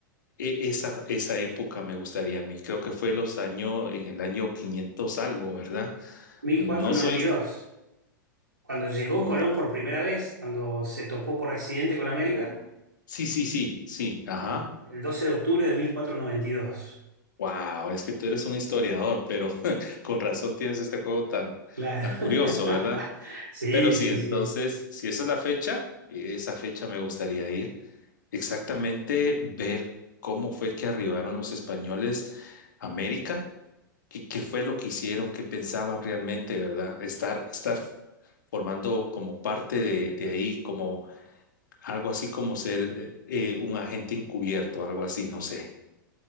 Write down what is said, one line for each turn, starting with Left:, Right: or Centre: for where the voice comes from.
Left: e- Esa, esa época me gustaría a mí. Creo que fue los años, en el año 500 algo, ¿verdad?
Right: mil
Left: No
Right: cuatrocientos
Left: soy...
Right: noventa y dos. cuando llegó
Left: mm,
Right: Colón por primera vez, cuando se topó por accidente con América,
Left: Sí, sí, sí, sí, ajá.
Right: el, el 12 de octubre de 1492.
Left: Wow, es que tú eres un historiador, pero <laughs> con razón tienes este juego tan,
Right: Claro.
Left: tan curioso,
Right: <laughs>
Left: ¿verdad?
Right: Sí,
Left: Pero sí,
Right: sí,
Left: entonces,
Right: sí.
Left: si esa es la fecha, esa fecha me gustaría ir. Exactamente ver cómo fue que arribaron los españoles a América qué, qué fue lo que hicieron, qué pensaban realmente, ¿verdad? Estar, estar formando como parte de, de ahí, como algo así como ser eh, eh, un agente encubierto, algo así, no sé.